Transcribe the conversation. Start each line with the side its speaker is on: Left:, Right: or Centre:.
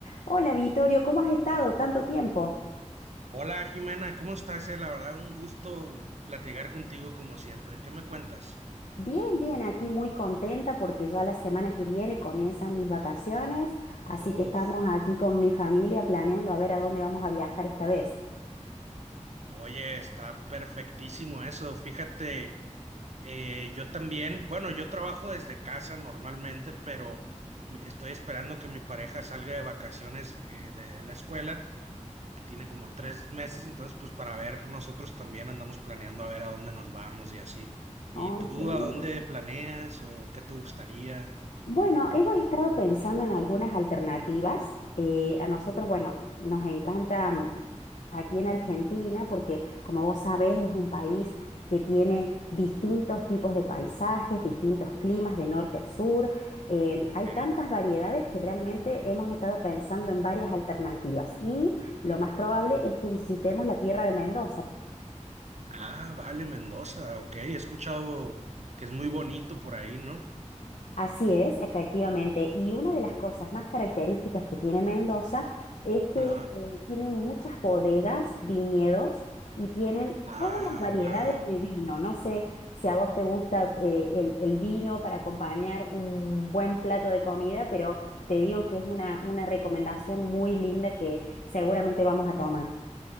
Left: Hola Vittorio, ¿cómo has estado tanto tiempo?
Right: Hola Jimena, ¿cómo estás? Eh, La verdad, un gusto platicar contigo como siempre. ¿Qué me cuentas?
Left: Bien, bien, aquí muy contenta porque ya la semana que viene comienzan mis vacaciones, así
Right: Uf,
Left: que estamos aquí con mi familia planeando a ver a dónde vamos a viajar esta vez.
Right: oye, está perfectísimo eso. Fíjate, eh, yo también, bueno, yo trabajo desde casa normalmente, pero mi- estoy esperando que mi pareja salga de vacaciones eh, de la escuela, eh, que tiene como tres meses, entonces pues para ver, nosotros también andamos planeando a ver a dónde nos vamos y así. ¿Y
Left: Ay,
Right: tú
Left: qué lindo.
Right: a dónde planeas o qué te gustaría?
Left: Bueno, hemos estado pensando en algunas alternativas. Eh, a nosotros, bueno, nos encanta mm, aquí en Argentina porque, como vos sabés, es un país que tiene distintos tipos de paisajes, distintos climas de norte a sur. Em,
Right: Ok.
Left: hay tantas variedades que realmente hemos estado pensando en varias alternativas y lo más probable es que visitemos la tierra de Mendoza.
Right: Ah, vale, Mendoza, ok. He escuchado que es muy bonito por ahí, ¿no?
Left: Así es, efectivamente. Y una de las cosas más características que tiene Mendoza es que
Right: Ajá.
Left: eh, tiene muchas bodegas, viñedos y tienen
Right: Ah,
Left: todas las variedades
Right: wow.
Left: de vino. No sé si a vos te gusta eh, el, el vino para acompañar un buen plato de comida, pero te digo que es una, una recomendación muy linda que seguramente vamos a tomar.